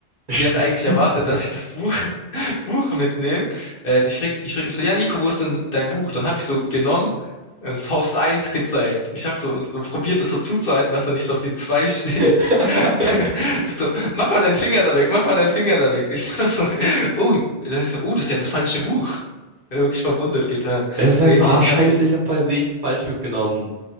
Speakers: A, on the right (about 45°); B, on the left (about 55°).
A: Scheiße.
B: Die hat eigentlich erwartet, dass ich das Buch, <laughs> Buch mitnehme. Äh, die fragt, die fragt mich so, ja, Nico, wo ist denn dein Buch? Dann habe ich so genommen und Faust eins gezeigt. Ich habe so und probiert das so zuzuhalten, dass da nicht noch die 2 steht.
A: <laughs>
B: <laughs> Die so, mach mal deinen Finger da weg, mach mal deinen Finger da weg. Ich mach so, oh, das ist, so, oh, das ist ja das falsche Buch. Wirklich verwundert getan.
A: Er sagt
B: Nee,
A: so,
B: die,
A: ah,
B: die
A: scheiße,
B: hat mir,
A: ich habe versehentlich das falsch mitgenommen.